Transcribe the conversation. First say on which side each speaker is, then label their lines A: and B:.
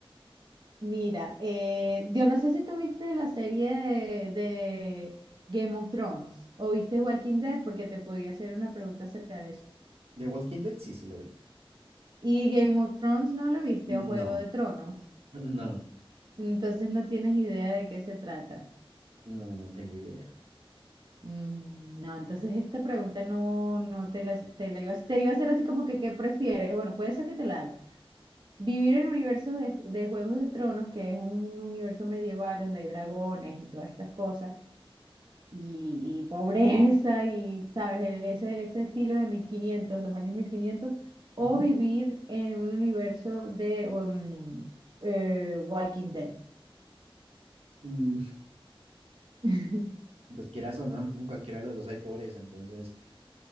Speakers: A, on the right; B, on the right.
A: Mira, eh, yo no sé si tú viste la serie de, de Game of Thrones o viste Walking Dead porque te podía hacer una pregunta acerca de eso.
B: The Walking Dead, sí, sí lo vi.
A: Y Game of Thrones no lo viste
B: No,
A: o Juego de Tronos.
B: <laughs> no,
A: Entonces no tienes idea de qué se trata.
B: no, no tengo idea.
A: Mm, No, entonces esta pregunta no, no te la, te la iba, a- te iba a hacer así como que ¿qué prefieres? Bueno, puede ser que te la haga. Vivir en el universo de, Ju- de Juegos de Tronos, que es un universo medieval donde hay dragones y todas estas cosas, y, y pobreza y, ¿sabes? E- Ese, ese estilo de mil quinientos los años mil quinientos o
B: Ujú.
A: vivir en un universo de um, eh, Walking Dead.
B: Mm,
A: <laughs>
B: pues quieras o no, en cualquiera de los dos hay pobreza, entonces